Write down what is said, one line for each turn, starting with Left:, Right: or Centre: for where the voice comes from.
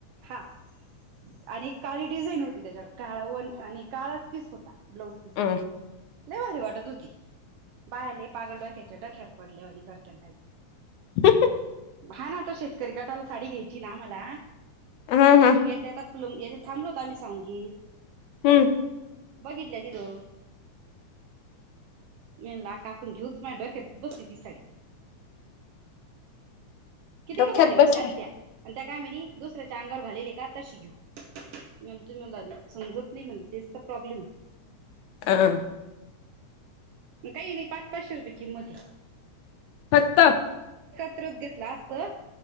Right: हा आणि काळी डिझाईन होती त्याच्यावर काळा वन आणि काळाच पीस होता ब्लाउज
Left: अ
Right: लई भारी वाटत होती बाळाले पागल डोक्याच्या डोकंयावर पडलायवानी करत काही
Left: <unintelligible>
Right: हा ना आता शेतकरी गटाला साडी घ्यायची ना मला
Left: हा हा
Right: मग ते येता येता खालून येतु तिथं संगीत
Left: हम्म
Right: बघितलं दिदो मीन ला काकून घेऊच माझ डोक्यात बसली ती साडी किती
Left: डोक्यात
Right: का भारी वाटल्या
Left: बसली
Right: असत्या आणि त्या काय म्हणी दुसऱ्याच्या अंगावर घालेले का तशी घेऊ म्हणतो मला समजत नाही तिथेच तर प्रॉब्लेम आहे
Left: हह
Right: काही नाही पाच पाचशे रुपये किमत हा
Left: फक्त
Right: त्रत घेतला असत